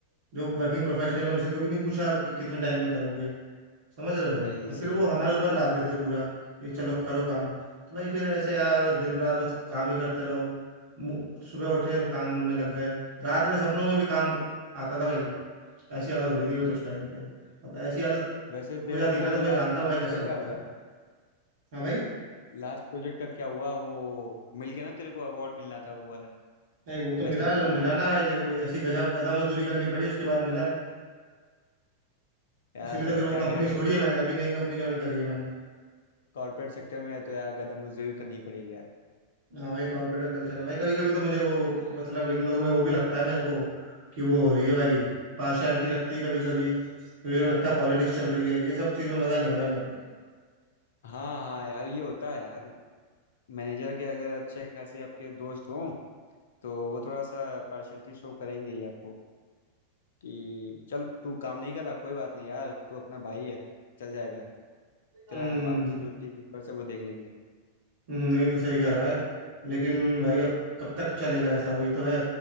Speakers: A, on the right (about 55°); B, on the left (about 60°).
A: जो वर्किंग प्रोफेशनल है उनसे तो कभी नहीं पूछा कि कितने टाइम में करोगे समझ रहे हो
B: सही
A: तो फिर
B: सही
A: वो हमारे ऊपर लाद देते थे पूरा कि चलो करो काम तो भाई फिर ऐसे यार दिन रात बस काम ही करते रहो मु- सुबह उठे काम में लग गए रात में सपनों में भी काम आता था भाई ऐसी हालत हो गई थी मेरी तो उस टाइम पे अब ऐसी हालत
B: वैसे
A: हो
B: तेरा
A: जाती है
B: वो
A: ना तो
B: लास्ट
A: मैं जानता
B: वाला
A: हूँ
B: प्रोजेक्ट
A: भाई कैसा
B: का
A: लगता
B: क्या हुआ
A: है हाँ भाई
B: लास्ट प्रोजेक्ट का क्या हुआ वो मिल गया ना तेरे को अवार्ड मिलना था वो वाला
A: भाई वो तो
B: बेस्ट
A: मिला
B: एम्प्लॉय
A: मिला
B: का
A: ना भाई लेकिन भाई ऐसी गधा गधा मजदूरी करनी पड़ी उसके बाद मिला है
B: यार
A: इसीलिए तो
B: अब
A: फिर वो
B: क्या
A: कंपनी
B: करे
A: छोड़ी है मैंने अभी नई कंपनी ज्वाइन करी है मैंने
B: कॉर्पोरेट सेक्टर में है तो यार गदा मजदूरी करनी पड़ेगी यार
A: हाँ भाई कॉर्पोरेट का कल्चर है भाई कभी कभी तो मुझे वो मतलब इन लोगों में वो भी लगता है मेरे को कि वो हो रही है भाई पार्शियलिटी लगती है कभी कभी कभी कभी लगता है पॉलिटिक्स चल रही है ये सब चीज़ में मज़ा नहीं आता मेरे को
B: हाँ हाँ यार ये होता है यार मैनेजर के अगर अच्छे खासे आपके दोस्त हों तो वो थोड़ा सा पार्शलिटी शो करेंगे ही आपको कि चल तू काम नहीं कर रहा कोई बात नहीं यार तू अपना भाई है चल जाएगा तेरा
A: हम्म
B: बाकी जो टीम मेंबर्स है वो देख लेंगे
A: हम्म, नहीं तो सही कह रहा है लेकिन भाई अब कब तक चलेगा ऐसा वही तो है